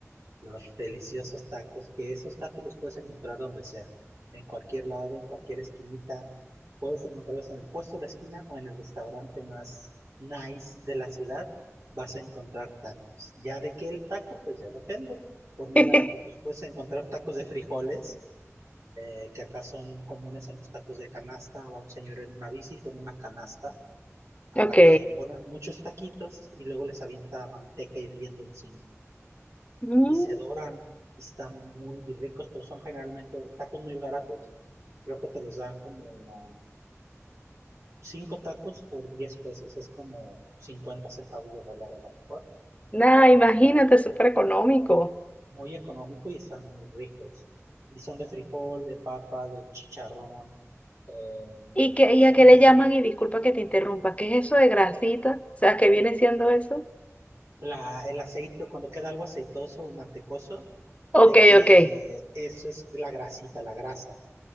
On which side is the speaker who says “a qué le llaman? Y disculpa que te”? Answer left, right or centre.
Left